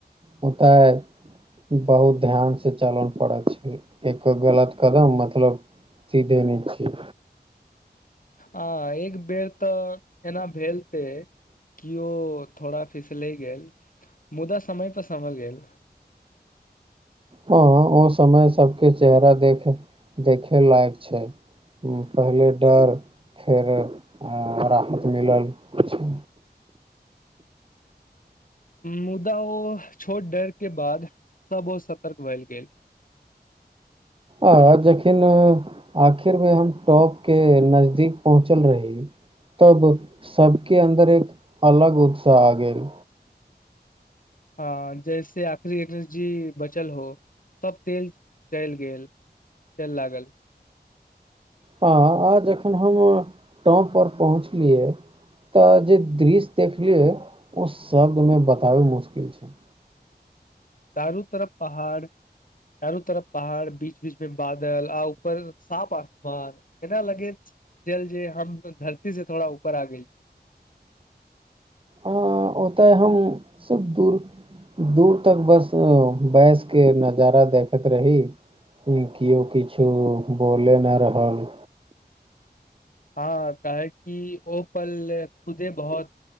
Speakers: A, on the right; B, on the left.
A: ओतय बहुत ध्यान से चलल पड़त छै एको गलत कदम मतलब चीजे नै छी
B: आ एक बेर तऽ एना भेल ते किओ थोड़ा फिस लहि गेल मुदा समय पर सम्हल गेल
A: ह ओ समय सब के चेहरा देख देखे लायक छै पहिले डर फेर राहत मिलल छै
B: मुदा ओ छोट डर के बाद सब ओ सतर्क भेलल गेल
A: अ जखन आखिर मे हम टॉप के नजदीक पहुँचल रही तब सबके अन्दर एक अलग उत्साह आ गेल
B: हँ जैसे आखिरी एनर्जी बचल हो सब तेल चलि गेल केहेन लागल
A: हँ आहाॅं जखन हम टाॅम पर पहुँचलियै अऽ जे दृश्य देखलियै ओ शब्द मे बताबै मुश्किल छै
B: दारू तरफ पहाड़ चारू तरफ पहाड़ बीच बीच मे बादल आ ऊपर साफ आसमान एना लगे जेल जे हम धरती से थोड़ा ऊपर आ गेल छी
A: ओतय ता है हम सबब दूर दूर तक बस बैस के नजारा देखैत रही कोय कियो किछु बोले नहि रहल
B: हँ काहे की ओ पल ले खुदे बहुत